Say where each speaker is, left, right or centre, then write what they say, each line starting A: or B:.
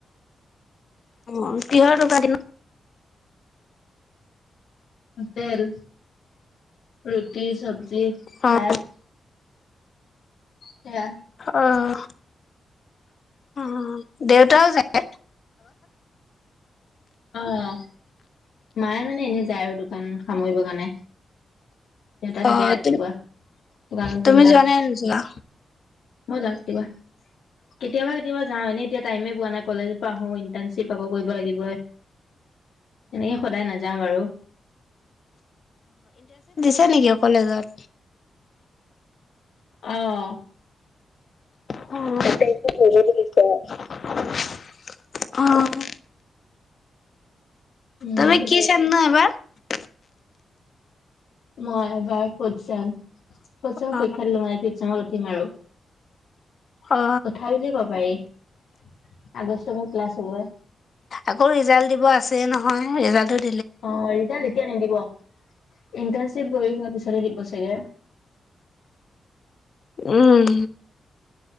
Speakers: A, on the left (about 50°); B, on the left (about 75°).
A: অ', কিহৰ <unintelligible>
B: তেল ৰুটি চব্জি ভাত,
A: অ',
B: সেয়া,
A: অ', অ', দেউতাও জানে
B: অ', মায়ে মানে এনে যায় আৰু দোকান সামৰিবৰ কাৰণে দেউতা থাকে
A: অ',
B: ৰাতিপুৱা
A: তুমি
B: দান
A: তুমি
B: মাত
A: যোৱা নাই নোযোৱা
B: মই জানো কিবা কেতিয়াবা-কেতিয়াবা যাওঁ এতিয়া টাইম এ পোৱা নাই কলেজৰ পৰা আহোঁ ইণ্টাৰচিপ, পাব কৰিব লাগিবই। এনেকে সদায় নাযাওঁ আৰু।
A: ছে নেকি কলেজত
B: অহ,
A: ক ধত দিছে <unintelligible> অ',
B: উম
A: তাৰমানে কি চাম ন এবাৰ।
B: মই এবাৰ ফৰত চেম ফৰ'ত ছেম
A: অ
B: ত পৰীক্ষাদিলো মই ফিফ চেমত উঠিম আৰু।
A: অ
B: উঠাই বুলিয়ে ক'ব পাৰি আগষ্ট ক্লাছ হব।
A: আকৌ ৰিজাল্ট দিব আছে নহয় ৰিজাল্ট।
B: অ', এৰি জাল এতিয়া নিদিব ইন্টাৰ্ণশ্বিপ কৰিহোৱাৰ পিছত হে দিব চাগে?
A: উম,